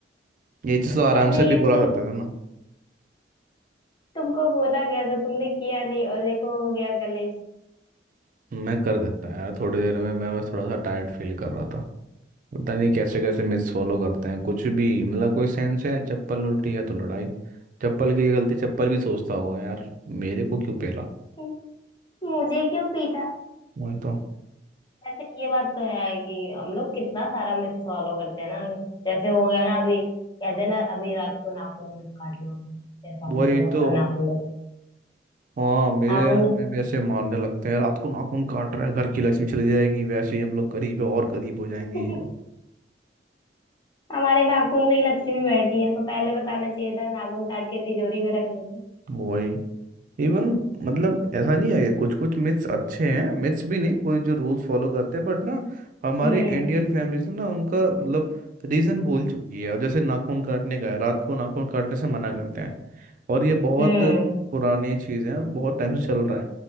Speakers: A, on the right (about 50°); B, on the left (about 25°).
A: ये चीज़ तो आराम
B: अरे
A: से भी
B: ये
A: बुला
B: तो
A: सकते थे ना
B: तुमको बोला गया था तुमने किया नहीं और देखो हो गया कलेश
A: मैं कर देता है यार थोड़ी देर में मैं बस थोड़ा सा टायर्ड फील कर रहा था पता नहीं कैसे कैसे मिस फॉलो करते हैं कुछ भी मतलब कोई सेंस है चप्पल उल्टी है तो लड़ाई चप्पल की ये गलती चप्पल भी सोचता होगा यार मेरे को क्यों पेला
B: हम्म, मुझे क्यों पीटा
A: वही तो
B: वैसे ये बात तो है कि हम लोग कितना सारा मिस फॉलो करते हैं ना जैसे हो गया ना अभी कहते हैं ना अभी रात को नाखून मत काटना जैसा हमको
A: वही
B: म-
A: तो
B: नाखून मत
A: हाँ मेरे
B: नाखून
A: यहाँ पे भी ऐसे मारने लगते हैं रात को नाखून काट रहे हैं घर की लक्ष्मी चली जाएगी वैसे ही हम लोग गरीब है और गरीब हो जाएंगे
B: <laughs>
A: ये वो।
B: हमारे नाखून में ही लक्ष्मी बैठी है तो पहले बताना चाहिए था नाखून काट के तिजोरी में रख लेते
A: वही इवन मतलब ऐसा नहीं है कुछ कुछ मिथ्स अच्छे हैं मिथ्स भी नहीं कोई जो रूल्स फॉलो करते हैं बट ना हमारे
B: हम्म
A: इंडियन फैमिलीज ना उनका मतलब रीजन भूल चुकी है और जैसे नाखून काटने का है रात को नाखून काटने से मना करते हैं और ये बहुत
B: हम्म
A: पुरानी चीज़ है बहुत टाइम से चल रहा है